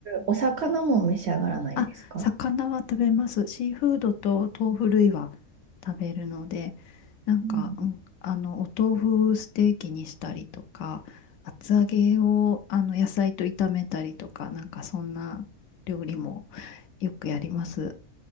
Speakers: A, on the right; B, on the left.
A: お魚も召し上がらないんですか
B: あ、魚は食べます。シーフードと豆腐類は食べるので、なんか、
A: うん、
B: うん、あの、お豆腐ステーキにしたりとか、厚揚げをあの野菜と炒めたりとか、なんかそんな料理もよくやります。